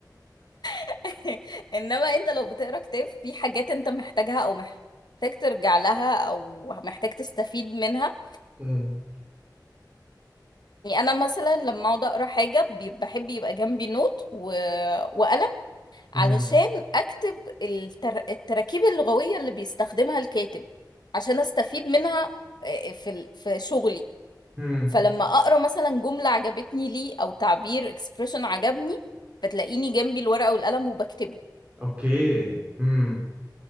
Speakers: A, on the left; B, on the right.
A: <laughs> انما انت لو بتقرا كتاب في حاجات انت محتاجها او محتاج ترجع لها او محتاج تستفيد منها
B: مم.
A: يعني انا مثلا لما اقعد اقرا حاجه بي- بحب يبقى جنبي نوت و... وقلم
B: مم.
A: علشان اكتب التر... التراكيب اللغويه اللي بيستخدمها الكاتب عشان استفيد منها آه، في ال... في شغلي
B: مم.
A: فلما اقرا مثلا جمله عجبتني ليه او تعبير اكسبريشن عجبني فتلاقيني جنبي الورقه والقلم وبكتبه
B: اوكي مم.